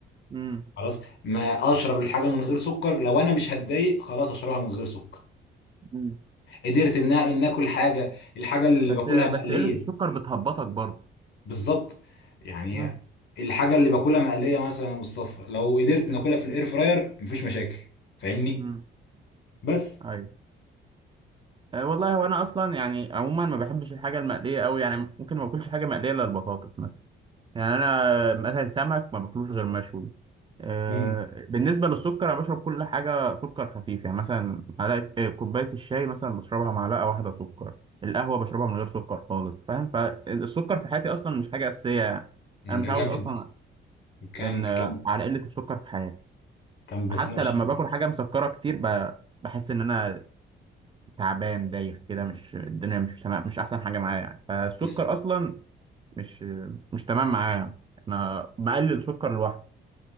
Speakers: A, on the right; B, on the left.
A: مم.
B: خلاص ما اشرب الحاجه من غير سكر لو انا مش هتضايق خلاص اشربها من غير سكر
A: مم.
B: قدرت ان ان اكل حاجه الحاجه اللي
A: بس
B: باكلها
A: بس
B: مقليه
A: قله السكر بتهبطك برضه
B: بالظبط يعني
A: مم.
B: الحاجه اللي باكلها مقليه مثلا يا مصطفى لو قدرت ناكلها في الاير فراير مفيش مشاكل فاهمني
A: مم.
B: بس
A: ايوه أه والله هو انا اصلا يعني عموما ما بحبش الحاجه المقليه قوي يعني ممكن ما باكلش حاجه مقليه الا البطاطس مثلا يعني انا مثلا سمك ما باكلوش غير مشوي أه
B: امم
A: بالنسبه للسكر انا بشرب كل حاجه سكر خفيف يعني مثلا معلقه آه، كوبايه الشاي مثلا بشربها معلقه واحده سكر القهوه بشربها من غير سكر خالص فاهم فالسكر في حياتي اصلا مش حاجه اساسيه يعني انا متعود
B: ده جامد
A: اصلا
B: كمل
A: ان آه،
B: كمل
A: على قله السكر في حياتي
B: كمل بس
A: حتى
B: ماشي
A: لما باكل حاجه مسكره كتير ب- بحس ان انا تعبان دايخ كده مش الدنيا مش تمام مش احسن حاجه معايا يعني فالسكر
B: دي س-
A: اصلا مش مش تمام معايا يعني. انا مقلل سكر لوحده